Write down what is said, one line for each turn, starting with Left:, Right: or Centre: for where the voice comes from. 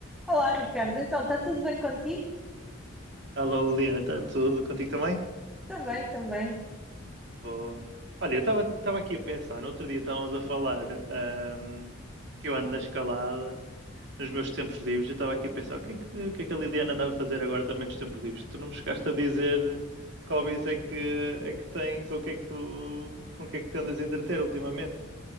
Centre: Olá, Ricardo. Então, está tudo bem contigo?
Right: Alô, Liliana, está tudo contigo também?
Centre: Também, também.
Right: Boa. Olha, eu estava aqui a pensar, no outro dia estávamos a falar ahm, que eu ando na escalada, nos meus tempos livres, eu estava aqui a pensar o que é que, o que é que a Liliana anda a fazer agora também nos tempos livres? Tu não me chegaste a dizer que hobbies é que, é que tens ou o que é que tu, com o que é que te andas a entreter ultimamente?